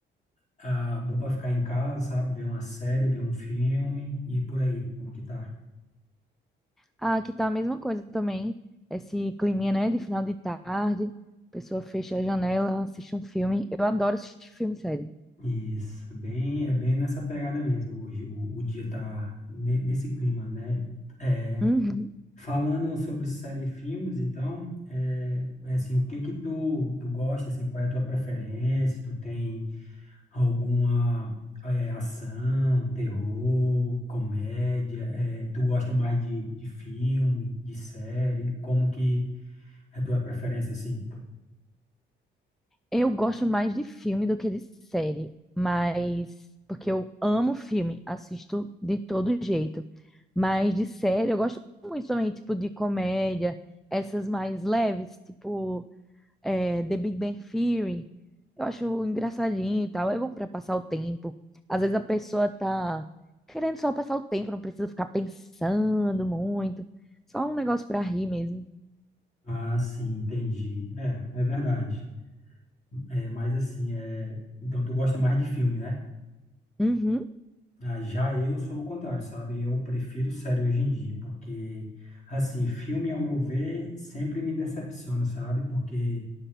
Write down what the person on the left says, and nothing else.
ah, bom para ficar em casa, sabe? Ver uma série, ver um filme e por aí, como que tá?
Isso, bem, é bem nessa pegada mesmo hoje. O, o dia tá ne- nesse clima, né? É,
Falando sobre série e filmes, então, é, é assim, o que que tu, tu gosta, assim, qual é a tua preferência? Tu tem alguma é, ação, terror, comédia? É, tu gosta mais de, de filme, de série? Como que é a tua preferência, assim?
Ah, sim, entendi. É, é verdade. É, mas assim, é... Então tu gosta mais de filme, né?
Ah, já eu sou o contrário, sabe? Eu prefiro série hoje em dia, porque, assim, filme, ao meu ver, sempre me decepciona, sabe? Porque